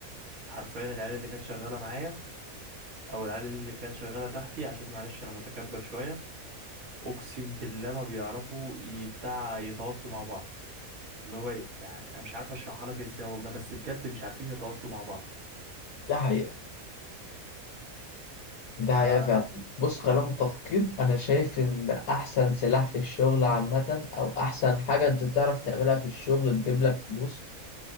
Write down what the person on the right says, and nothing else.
حرفيا العيال اللي كانت شغالة معايا او العيال اللي كانت شغاله تحتي عشان معلش انا متكبر شويه اقسم بالله ما بيعرفوا ي- بتاع يتواصلوا مع بعض اللي هو إيه، يعني انا مش عارف اشرحها لك ازاي والله بس بجد مش عارفين يتواصلوا مع بعض
فلا